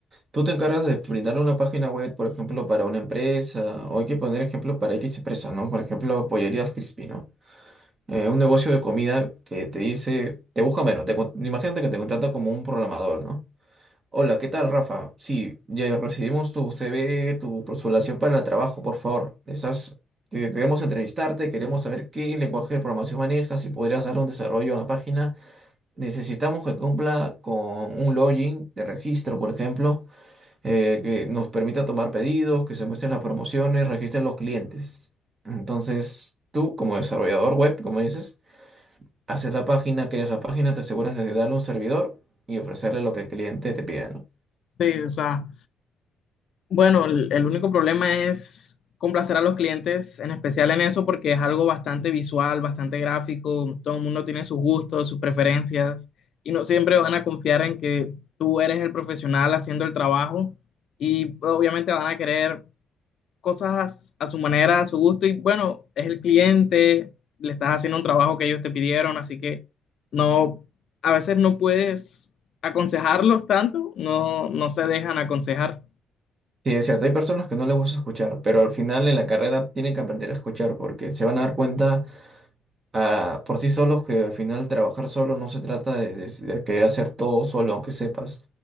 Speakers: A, on the right; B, on the left.
A: Tú te encargas de brindar una página web, por ejemplo, para una empresa, o hay que poner ejemplo para X empresa, ¿no? Por ejemplo, Pollerías Crispy, ¿no? Eh, un negocio de comida que te dice, te busca menos, te con- imagínate que te contrata como un programador, ¿no? Hola, ¿qué tal, Rafa? Sí, ya recibimos tu CV, tu postulación para el trabajo, por favor. Estás, te- queremos entrevistarte, queremos saber qué lenguaje de programación manejas, si podrías dar un desarrollo a la página. Necesitamos que cumpla con un login de registro, por ejemplo eh, que nos permita tomar pedidos, que se muestren las promociones, registren los clientes. Entonces, tú como desarrollador web, como dices, haces la página, creas la página, te aseguras de darle un servidor y ofrecerle lo que el cliente te pide, ¿no?
B: sí, o sea. Bueno, el, el único problema es complacer a los clientes, en especial en eso, porque es algo bastante visual, bastante gráfico, todo el mundo tiene sus gustos, sus preferencias, y no siempre van a confiar en que tú eres el profesional haciendo el trabajo, y obviamente van a querer cosas a su manera, a su gusto, y bueno, es el cliente, le estás haciendo un trabajo que ellos te pidieron, así que no, a veces no puedes aconsejarlos tanto, no, no se dejan aconsejar.
A: Sí, es cierto, hay personas que no les gusta escuchar, pero al final en la carrera tienen que aprender a escuchar porque se van a dar cuenta ah, por sí solos, que al final trabajar solo no se trata de, de- de querer hacer todo solo, aunque sepas.